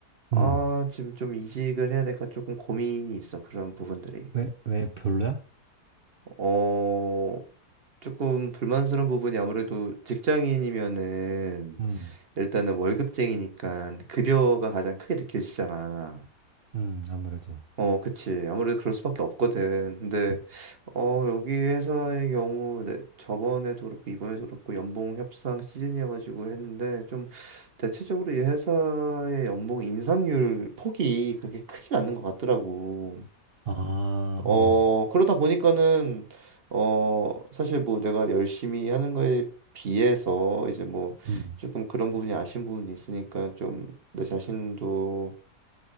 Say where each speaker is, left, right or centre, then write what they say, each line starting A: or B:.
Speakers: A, on the right; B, on the right.
A: 아,
B: 음.
A: 지금 좀 이직을 해야 될까 조금 고민이 있어, 그런 부분들이.
B: 왜, 왜 별로야?
A: 어, 조금 불만스러운 부분이 아무래도 직장인이면은
B: 음,
A: 일단은 월급쟁이니까 급여가 가장 크게 느껴지잖아.
B: 음, 아무래도.
A: 어, 그치. 아무래도 그럴 수밖에 없거든. 근데,
B: 음.
A: 어, 여기 회사의 경우, 네, 저번에도 그렇고, 이번에도 그렇고, 연봉 협상 시즌이어가지고 했는데, 좀, 대체적으로 이 회사의 연봉 인상률 폭이 그렇게 크진 않는 것 같더라고.
B: 아,
A: 어,
B: 어,
A: 그러다 보니까는, 어, 사실 뭐 내가 열심히 하는 거에 비해서, 이제 뭐,
B: 음,
A: 조금 그런 부분이 아쉬운 부분이 있으니까, 좀, 내 자신도